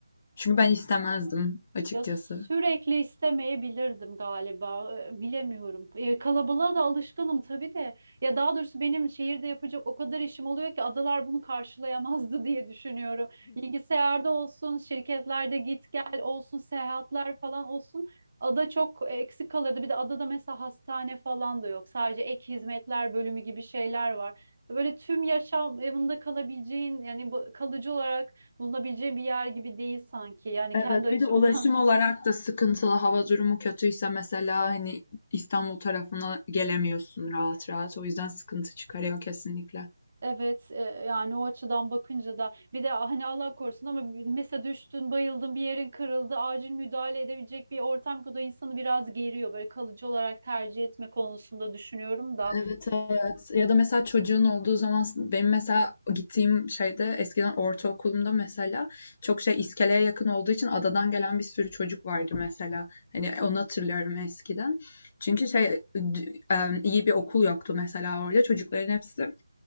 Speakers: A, on the left; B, on the right.
A: Çünkü ben istemezdim açıkçası.
B: Ya sürekli istemeyebilirdim galiba. Ee, Bilemiyorum. Ee, Kalabalığa da alışkınım tabii de. Ya daha doğrusu benim şehirde yapacak o kadar işim oluyor ki adalar bunu karşılayamazdı <laughs> diye düşünüyorum. Bilgisayarda olsun, şirketlerde git gel olsun, seyahatler falan olsun. Ada çok e, eksik kalırdı. Bir de adada mesela hastane falan da yok. Sadece ek hizmetler bölümü gibi şeyler var. Böyle tüm yaşamında kalabileceğin yani bu- kalıcı olarak bulunabileceğin bir yer gibi değil sanki. Yani
A: Evet,
B: kendi açımdan
A: bir de ulaşım olarak da sıkıntılı. Hava durumu kötüyse mesela hani İstanbul tarafına gelemiyorsun rahat rahat. O yüzden sıkıntı çıkarıyor kesinlikle.
B: Evet e, yani o açıdan bakınca da bir de "Ah, hani Allah korusun ama mesela düştün bayıldın bir yerin kırıldı acil müdahale edebilecek bir ortam ki o da insanı biraz geriyor böyle kalıcı olarak tercih etme konusunda düşünüyorum da
A: Evet, evet. Ya da mesela çocuğun olduğu zaman benim mesela gittiğim şeyde eskiden ortaokulumda mesela çok şey iskeleye yakın olduğu için adadan gelen bir sürü çocuk vardı mesela. Hani onu hatırlıyorum eskiden. Çünkü şey d- e, iyi bir okul yoktu mesela orada. Çocukların hepsi